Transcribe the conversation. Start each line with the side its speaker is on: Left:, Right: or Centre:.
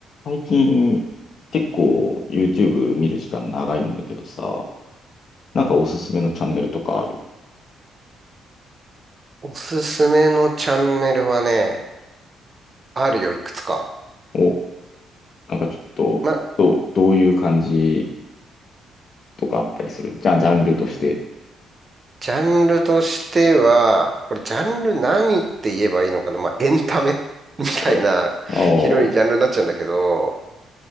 Left: 最近結構 YouTube 見る時間長いんだけどさ、なんかおすすめのチャンネルとかある
Right: おすすめのチャンネルはね、あるよ、いくつか。
Left: お、なんかちょっと、
Right: ま、
Left: どう、どういう感じとかあったりするじゃあ、ジャンルとして。
Right: ジャンルとしては、これジャンル何って言えばいいのかなまあ、エンタメ <laughs> みたいな広いジャンルになっちゃうんだけど、
Left: はい。ああ、お